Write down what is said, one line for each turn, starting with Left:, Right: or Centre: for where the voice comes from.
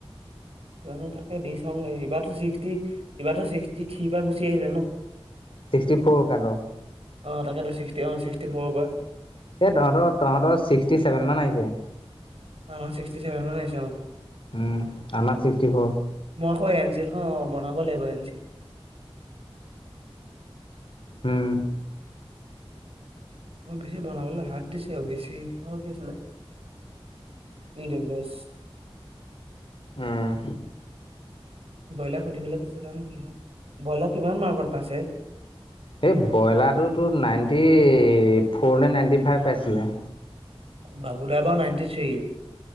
Right: <unintelligible> তাকে দি চাওগে এইবাৰো ছিক্সি এইবাৰো ছিক্সটি থিৰ পৰা গুচি আহিলে ন
Left: ছিক্সটি ফ'ৰ কাট অফ
Right: অ তাকেতো ছিক্সটি অ ছিক্সটি ফৌৰ পৰা
Left: এ তহঁতৰ তহঁতৰ ছিক্সটি ছেভেন মান আহিছে
Right: আমাৰ ছিক্সটি চেভেন মান আহিছে অ
Left: উম আমাৰ চিস্কি ফৌৰ
Right: মই আকৌ এনচিলখন অ বনাব লাগিব এন ছি এল
Left: উম
Right: অ বেছি বনাবলৈ হাক দিছে আৰু বেছি অ গ আছিলে ই ডব্লউ এ
Left: উম
Right: ব্ৰইলাক সুধিবলৈ কৈছে জানো কি হয় ব্ৰইলাৰ কিমান মাৰ্কত পাইছে
Left: এই ব্ৰইলাৰটোতো নাইনটি ফ'ৰ নে নাইনটি ফাইভ পাইছিলে
Right: বাবুদাই বাৰু নাইনটি থ্ৰী